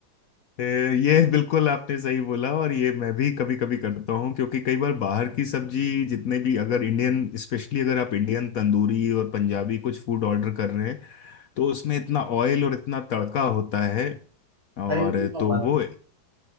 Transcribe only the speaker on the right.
अरे पूछो
मत